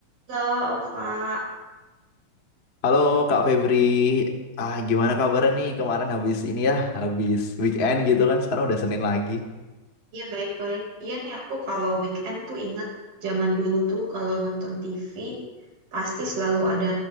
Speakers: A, on the right; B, on the left.
A: Halo, Alfa.
B: Halo Kak Febri, ah gimana kabarnya nih kemarin habis ini ya, habis weekend gitu kan sekarang udah Senin lagi.
A: Ya, baik-baik. Iya nih, aku kalau weekend tuh inget zaman dulu tuh kalau nonton TV pasti selalu ada